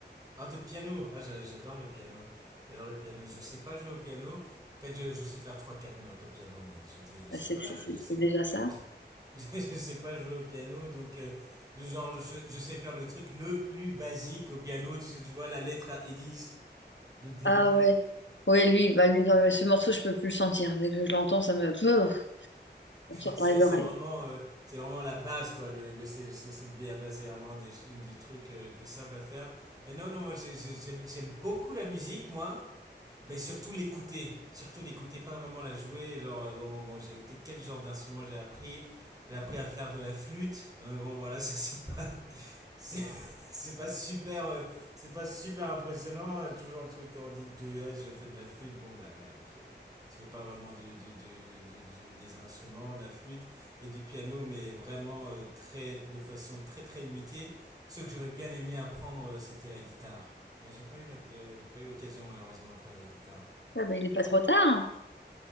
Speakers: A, on the right; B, on the left.
A: Ah, de piano. Ah, j'a- j'adore le piano. J'adore le piano. Je sais pas jouer au piano. En fait, je, je sais faire trois, quatre notes au piano, mais je dis, je
B: Ah,
A: sais
B: C'est
A: pas,
B: c'est- c'est-
A: je
B: c'est
A: sais,
B: déjà ça.
A: <laughs> je sais pas jouer au piano. Donc, euh, genre, je, je sais faire le truc le plus basique au piano. Tu, tu vois, la lettre à Élise, le début.
B: Ah ouais.
A: <laughs>
B: Ouais, lui, bah lui, non, mais ce morceau, je peux plus le sentir. Dès que je l'entends, ça me... Pouf, on sort
A: C'est,
B: par les
A: c'est
B: oreilles.
A: vraiment, euh, c'est vraiment la base, quoi. Le, le C, C- C- le B à base, c'est vraiment un des, une des trucs euh, les plus simples à faire. Et non, non, moi, j'ai- j'ai- j'aime j'aime beaucoup la musique, moi. Mais surtout l'écouter, surtout l'écouter, pas vraiment la jouer. Genre, euh, bon, bon, j'ai, que- quel genre d'instrument j'ai appris? J'ai appris à faire de la flûte. Euh, bon, voilà, <laughs> ça c'est pas, <laughs> c'est, c'est pas super, euh, c'est pas super impressionnant. Euh, Toujours le truc quand on dit, que, ouais, je fais de la flûte. Bon, bah ouais, ok. euh, tu fais pas vraiment du, du, du- du- du- des instruments, de la flûte et du piano, mais vraiment euh, très, de façon très très limitée. Ce que j'aurais bien aimé apprendre, euh, c'était la guitare. Mais j'ai pas eu la- euh, j'ai pas eu l'occasion malheureusement de faire la guitare.
B: Ah ben, il n'est pas trop tard.